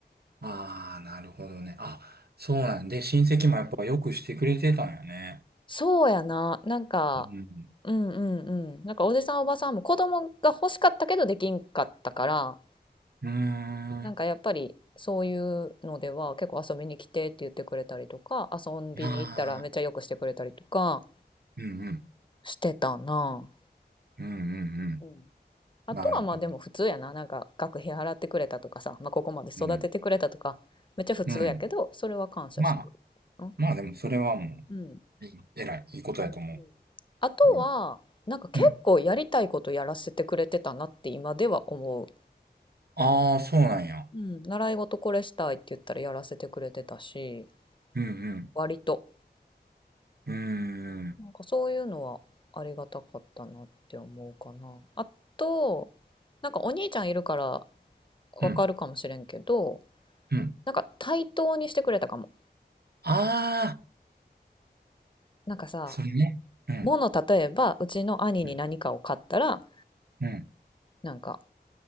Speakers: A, on the right; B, on the left.
A: ああ、なるほどね。あ、そうなんで、親戚もやっぱよくしてくれてたんよね。
B: そうやな。なんか、
A: うん。
B: うんうんうん。なんかおじさんおばさんも子供が欲しかったけどできんかったから、
A: うーん。
B: なんかやっぱりそういうのでは結構遊びに来てって言ってくれたりとか、遊びに行ったらめっちゃよくしてくれたりとか
A: ああ、うんうん。
B: してたな。
A: うんうんうん。
B: うんあとはまあでも普通やな。
A: なるほど。
B: なんか学費払ってくれたとかさ、まあ、ここまで育ててくれたとか、
A: うん。
B: めっちゃ普通やけど、
A: うん。
B: それは感謝してる。
A: まあ、
B: うん。
A: まあでもそれはも
B: うん。
A: う、いい、えらい、いいことやと思
B: うん。あとは、
A: う。うん。
B: なんか結構やりたいことやらせてくれてたなって今では思う。
A: うん。ああ、そうなんや。
B: うん。習い事これしたいって言ったらやらせてくれてたし、
A: うん
B: 割と。
A: うん。うーん。
B: なんかそういうのはありがたかったなって思うかな。あと、なんかお兄ちゃんいるからわかるかもしれんけど、
A: うん。うん。
B: なんか対等にしてくれたかも。
A: ああ、
B: なんかさ、
A: それね。うん。
B: もの例えばうちの兄に何かを買ったら、
A: うん。うん。
B: なんか